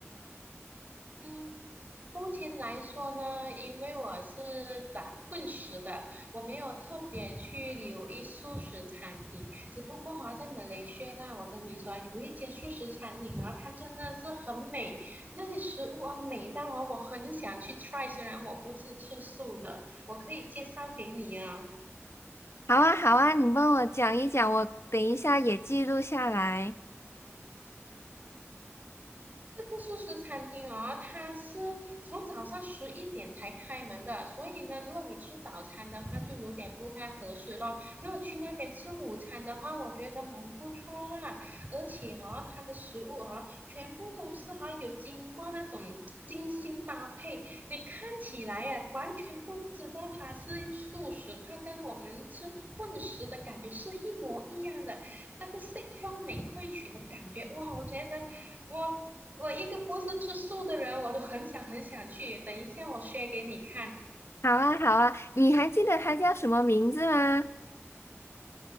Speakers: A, on the right (about 40°); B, on the left (about 60°).
A: 嗯，目前来说呢，因为我是杂混食的，我没有特别去留意素食餐厅。只不过哈、在马来西亚啦，我跟你说，有一间素食餐厅啊，它真的是很美，那些食物啊美到啊，我很想去 try。虽然我不是吃素的，我可以介绍给你啊。
B: 好啊，好啊，你帮我讲一讲，我等一下也记录下来。
A: 这个素食餐厅哦，它是从早上十一点才开门的，所以呢，如果你吃早餐的话，就有点不太合适咯。如果去那边吃午餐的话，我觉得蛮不错啦。而且哦，它的食物哦，全部都是哈、有经过那种精心搭配，你看起来呀、完全不知道它是素食，它跟我们吃混食的感觉是一模一样的，那个色香味俱全的感觉，哇，我觉得。我我一个不是吃素的人，我都很想很想去。等一下我 s 给你看。
B: 好啊，好啊，你还记得它叫什么名字吗？